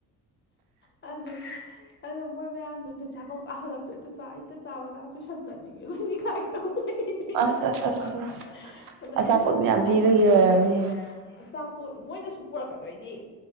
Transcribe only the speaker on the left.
ꯑꯗ ꯑꯗꯣ ꯃꯣꯏ ꯃꯌꯥꯝꯗꯣ ꯆꯠ ꯆꯥꯛꯣꯡ ꯀꯥꯍꯜꯂꯛꯇꯣꯏꯗ ꯆ ꯏ ꯆꯠ ꯆꯥꯕ ꯂ ꯇꯨꯏꯁꯟ ꯆꯠꯅꯤꯡꯉꯦ ꯂꯣꯏꯅꯤ ꯀꯥꯏ <unintelligible> ꯑꯖ ꯑꯖ
ꯑꯖ ꯑꯗꯥ
ꯑꯩꯅ <unintelligible>
<unintelligible> ꯑꯆꯥ ꯄꯣꯠ ꯃꯣꯏꯗꯁꯨ ꯄꯨꯔꯛꯀꯗꯣꯏꯅꯤ